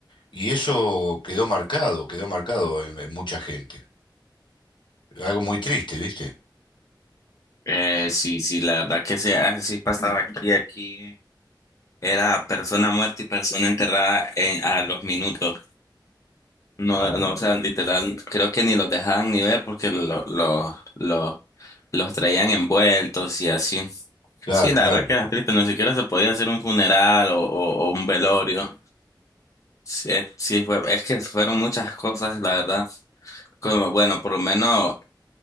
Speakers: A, on the left; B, on the left.
A: Y eso quedó marcado, quedó marcado en en mucha gente. Algo muy triste, ¿viste?
B: Eh, sí, sí, la verdad que sí, así pasaba aquí, aquí era persona muerta y persona enterrada en, a los minutos. No,
A: Ah,
B: no, o sea, literal, creo que ni los dejaban ni ver porque lo, lo, lo- lo- los traían envueltos y así.
A: Claro,
B: Sí, la
A: claro,
B: verdad que era triste, Ni siquiera se podía hacer un funeral o, o, o un velorio. Sí, es- sí, fue, es que fueron muchas cosas, la verdad. Como, bueno, por lo menos